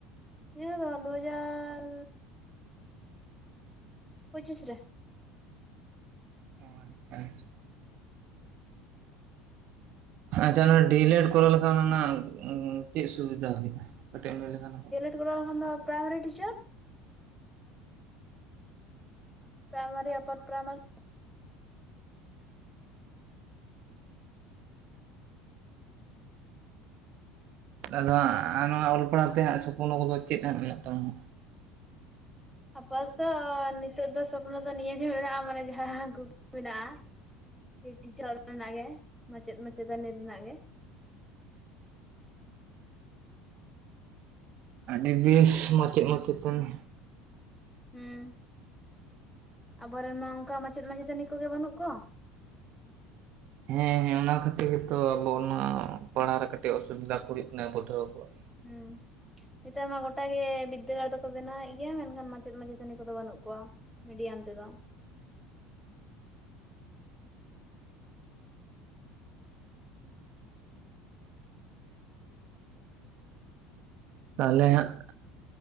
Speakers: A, in the centre; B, on the right (about 60°).
A: ᱱᱤᱭᱟᱹ ᱫᱚ ᱵᱟᱝ ᱫᱩᱦᱟᱡᱟᱨ ᱯᱚᱪᱤᱥ ᱨᱮ
B: ᱚ ᱟᱪᱪᱷᱟ ᱟᱪᱪᱷᱟ ᱟᱪᱪᱷᱟ ᱚᱱᱟ ᱰᱤ ᱮᱞ ᱮᱰ ᱠᱚᱨᱟᱣ ᱞᱮ ᱠᱷᱟᱱ ᱚᱱᱟ ᱨᱮᱱᱟᱜ ᱪᱮᱫ ᱥᱩᱵᱤᱫᱟ ᱦᱩᱭᱩᱜᱼᱟ ᱠᱟᱹᱴᱤᱡ ᱮᱢ ᱞᱟᱹᱭ ᱞᱮ ᱠᱷᱟᱱ
A: ᱥᱩᱵᱤ ᱫᱟ ᱠᱷᱚᱱ ᱫᱚ ᱯᱮᱨᱟᱭ ᱢᱟᱨᱤ ᱴᱤᱪᱟᱨ ᱯᱮᱨᱟᱭ ᱢᱟᱨᱤ ᱚᱯᱟᱨ ᱯᱮᱨᱟᱭ ᱢᱟᱨᱤ
B: ᱟᱫᱚ ᱦᱟᱸᱜ ᱱᱚᱣᱟ ᱚᱞ ᱯᱟᱲ ᱦᱟᱣ ᱛᱮ ᱦᱟᱸᱜ ᱥᱚᱯᱱᱚ ᱠᱚ ᱫᱚ ᱪᱮᱫ ᱦᱟᱸᱜ ᱢᱮᱱᱟᱜ ᱛᱟᱢᱟ᱾
A: ᱟᱯᱟ ᱛᱚ ᱛᱚ ᱱᱤᱛᱚᱜ ᱫᱚ ᱥᱚᱯᱱᱚ ᱫᱚ ᱱᱤᱭᱟᱹᱜ ᱜᱮ ᱢᱮᱱᱟᱜᱼᱟ ᱢᱟᱱᱮ ᱡᱟᱦᱟᱸ ᱠᱩᱠᱢᱩ ᱢᱮᱱᱟᱜᱼᱟ᱾ ᱴᱤᱪᱚᱨ ᱨᱮᱱᱟᱜ ᱜᱮ ᱢᱟᱪᱮᱫ ᱢᱟᱪᱮ ᱛᱟᱹᱱᱤ ᱨᱮᱱᱟᱜ ᱜᱮ
B: ᱟᱹᱰᱤ ᱵᱮᱥ ᱢᱟᱪᱮᱫ ᱢᱟᱪᱮ ᱛᱟᱱᱤ
A: ᱦᱩᱸ, ᱟᱵᱚ ᱨᱮᱱ ᱢᱟ ᱚᱱᱠᱟ ᱢᱟᱪᱮᱫ ᱢᱟᱪᱮ ᱛᱟᱱᱤ ᱠᱚ ᱜᱮ ᱵᱟᱹᱱᱩᱜ ᱠᱚᱣᱟ
B: ᱦᱮᱸ ᱦᱮᱸ ᱚᱱᱟ ᱠᱷᱟᱹᱛᱤᱨ ᱜᱮ ᱛᱚ ᱟᱵᱚ ᱚᱱᱟ ᱯᱟᱲ ᱦᱟᱣ ᱨᱮ ᱠᱟᱹᱴᱤᱡ ᱚᱥᱩ ᱵᱤᱫᱟ ᱠᱚ ᱦᱩᱭᱩᱜ ᱠᱟᱱᱟ ᱯᱟᱹᱴᱷᱩᱣᱟᱹ ᱠᱚᱣᱟᱜ᱾
A: ᱦᱩᱸ ᱦᱮᱛᱟᱨ ᱢᱟ ᱜᱚᱴᱟ ᱜᱮ ᱵᱤᱫᱽᱫᱟᱹᱜᱟᱲ ᱫᱚ ᱠᱚ ᱵᱮᱱᱟᱣᱮᱫ ᱜᱮᱭᱟ ᱢᱮᱱ ᱠᱷᱟᱱ ᱢᱟᱪᱮᱫ ᱢᱟᱪᱮ ᱛᱟᱹᱱᱤ ᱠᱚ ᱫᱚ ᱵᱟᱹᱱᱩᱜ ᱠᱚᱣᱟ᱾ ᱢᱤᱰᱤᱭᱟᱢ ᱛᱮᱫᱚ <inaudible>
B: ᱛᱟᱦᱞᱮ ᱦᱟᱸᱜ